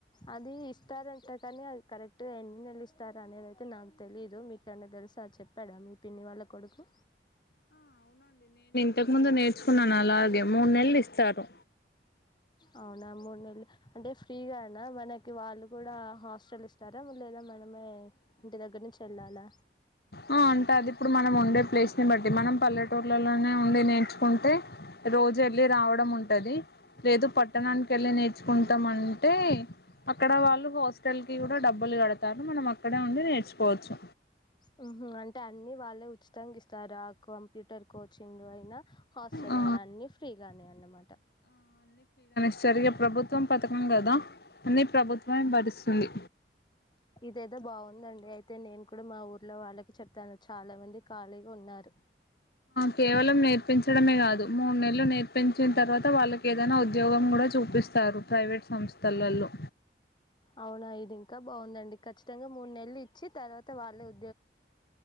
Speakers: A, on the left; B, on the left.
A: అది ఇస్తారంటా కాని కరెక్ట్గా ఎన్ని నెల ఇస్తారు అనేది అయితే నాకు తెలీదు మీకు కన్నా తెలుసా చెప్పాడా మీ పిన్ని వాళ్ళ కొడుకు
B: ఇంతకముందు కున్నాను అలాగే మూడు నెలలు ఇస్తా రూ
A: అవునా మూడు నెలలు అంటే ఫ్రీగా అనా మనకి వాళ్ళు కూడా హాస్టల్ ఇస్తారా లేదా మన మె ఇంటి దగ్గర నుంచి వెళ్ళాలా
B: ఆ అంటే అది ఇప్పుడు మనం ఉండే ప్లేస్ ని బట్టి ది మనం పల్లెటూర్లలోనే ఉండి నేర్చుకుంటే రోజు వెళ్ళలి రావడం ఉంటది లేదు పట్టణానికి వెళ్ళి నేర్చుకుంటాం అంటే అక్కడ వాళ్ళు హాస్టల్ కి కూడా డబ్బులు కడతారు మనం అక్క అక్కడ ఉండి నేర్చుకోవచ్చు
A: ఉ అంటే అన్ని వాళ్ళే ఉచితంగా ఇస్త చారా కంప్యూటర్ కోచింగ్ అయినా హాస్టల్
B: ఆ
A: అయినా అన్ని ఫ్రీగానే అన్నమాట
B: సరిగ ప్రభుత్వ ప్రభుత్వం పథకం కదా అన్ని ప్రభుత్వమే భరిస్తుంది
A: ఇదేదో బాగుందండి అయితే నేను కూడా మా ఊర్లో వాళ్ళకి చెప్తాను చాలా మంది ఖాళీగా ఉన్నారు
B: కేవలం నేర్పించడమే కాదు మూడు నెలలు నేర్పించిన తర్వాత వాళ్ళకి ఏదైనా ఉద్యోగం కూడా చూపిస్తారు ప్రైవేట్ సంస్థలలో
A: అవునా ఇది ఇంకా బాగుందండి ఖచ్చితంగా మూడు నెలలు ఇచ్చి తర్వాత వాళ్ళే వ